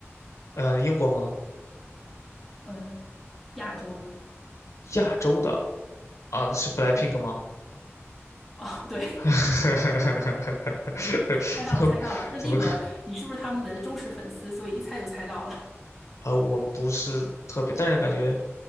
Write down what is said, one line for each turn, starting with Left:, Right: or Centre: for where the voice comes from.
Left: 呃，英国吗？
Centre: 嗯、亚洲的。
Left: 亚洲的啊，是 BLACKPINK 吗？
Centre: 哦，对，
Left: <laughs>
Centre: <laughs> 猜到了，
Left: 怎么怎么看？
Centre: 猜到了。那那个，你是不是他们的忠实粉丝？所以一猜就猜到了。
Left: 呃，我不是特别，但是感觉